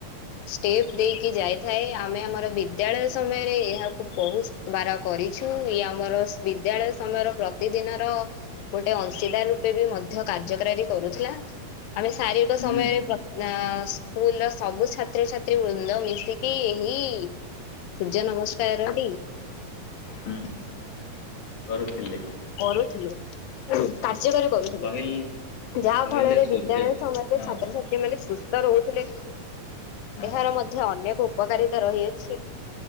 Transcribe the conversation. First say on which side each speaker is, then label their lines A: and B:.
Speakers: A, on the left; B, on the left.
A: ଷ୍ଟେପ୍ ଦେଇକି ଯାଇଥାଏ, ଆମେ ଆମର ବିଦ୍ୟାଳୟ ସମୟରେ ଏହାକୁ ବହୁତ ବାର କରିଛୁ, ଇଏ ଆମ ଆମର ବିଦ୍ୟାଳୟ ସମୟର ପ୍ରତିଦିନର ଗୋଟେ ଅ <unintelligible> ରୂପେ ବି ମଧ୍ୟ କାର୍ଯ୍ୟକାରୀ କରୁଥିଲା, ଆମେ ଶାରୀରିକ
B: ହୁଁ
A: ସମୟରେ ପ୍ର ସ୍କୁଲର ସବୁ ଛାତ୍ରଛାତ୍ରୀ ବୃନ୍ଦ ମିଶିକି ଏହି ସୂର୍ଯ୍ୟ ନମସ୍କାର ଟି
B: ହୁଁ କରୁଥିଲେ।
A: କରୁଥିଲୁ କା? କାର୍ଯ୍ୟକାରୀ କରୁଥିଲୁ
B: କହିଲ
A: ଯାହା
B: କହିଲେ
A: ଫଳରେ
B: ସୂର୍ଯ୍ୟ
A: ବିଦ୍ୟାଳୟ ସମୟରେ
B: ହଁ
A: ଛାତ୍ରଛାତ୍ରୀ ମାନେ ସୁ ତ ରହୁଥିଲେ
B: ହଁ
A: ଏହାର ମଧ୍ୟ ଅନେକ ଉପକାରିତା ରହିଅଛି।